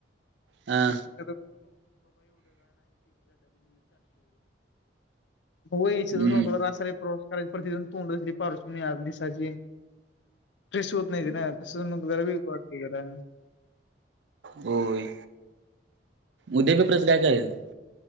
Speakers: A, on the right; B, on the left.
A: हा
B: <unintelligible> व्हय, सगळं
A: हम्म
B: बाबा रासारी प्रवचन करायची, प्रत्येक जण तोंड कसली पारुशी दिसायची. स्ट्रेस होत नाही ना, तस मग जरा दरीबी वाटते जरा,
A: होय, उद्या पेपराच काय करायचं.